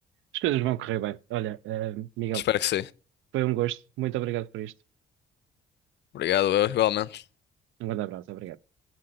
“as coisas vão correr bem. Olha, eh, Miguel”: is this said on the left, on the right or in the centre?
Right